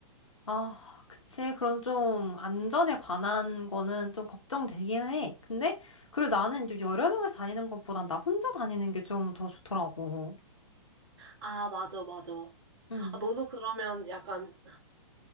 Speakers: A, on the left (about 75°); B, on the right (about 55°).
A: 아, 그치. 그런 좀 안전에 관한 거는 좀 걱정되긴 해. 근데 그리고 나는 이제 여러 명이서 다니는 것보단 나 혼자 다니는 게 좀 더 좋더라고.
B: 아, 맞아, 맞아. 아,
A: 응.
B: 너도 그러면 약간